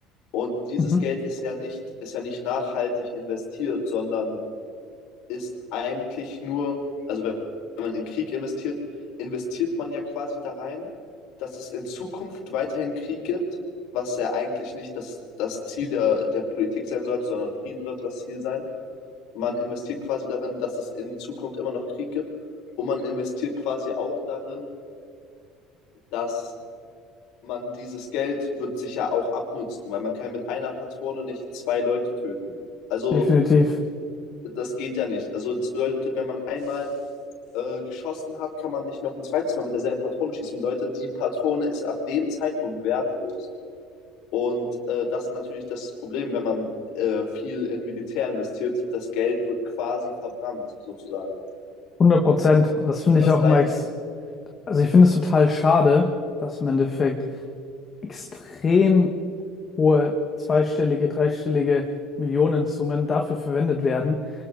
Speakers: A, on the left; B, on the left.
A: Und dieses
B: mhm.
A: Geld ist ja nicht, ist ja nicht nachhaltig investiert, sondern ist eigentlich nur, also wenn man in Krieg investiert, investiert man ja quasi da rein, dass es in Zukunft weiterhin Krieg gibt, was ja eigentlich nicht das, das Ziel der, der Politik sein sollte, sondern Frieden sollte das Ziel sein. Man investiert quasi darin, dass es in Zukunft immer noch Krieg gibt und man investiert quasi auch darin, dass man dieses Geld wird sich ja auch abnutzen, weil man kann ja mit einer Patrone nicht zwei Leute töten. Also
B: definitiv
A: das geht ja nicht. Also das bedeutet, wenn man einmal äh, geschossen hat, kann man nicht noch ein zweites Mal mit derselben Patrone schießen. Bedeutet, die Patrone ist ab dem Zeitpunkt wertlos. Und äh, das ist natürlich das Problem, wenn man äh, viel in Militär investiert. Das Geld wird quasi verbrannt, sozusagen.
B: hundert Prozent. Und das finde ich
A: Das
B: auch
A: ist deine
B: immer, ex
A: Meinung.
B: also ich finde es total schade, dass im Endeffekt extrem hohe zweistellige, dreistellige Millionensummen dafür verwendet werden,